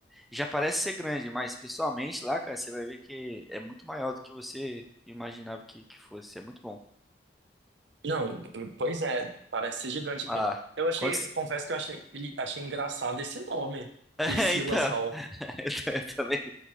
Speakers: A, in the centre; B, on the right.
A: já parece ser grande, mas pessoalmente lá, cara, você vai ver que é muito maior do que você imaginava que, que fosse. É muito bom.
B: Não, pois é, parece ser gigante aqui.
A: Ah,
B: Eu achei,
A: quando... <laughs>
B: eu confesso que eu achei, achei engraçado esse nome,
A: É,
B: Priscila's
A: então.
B: Hall.
A: <laughs> Eu também.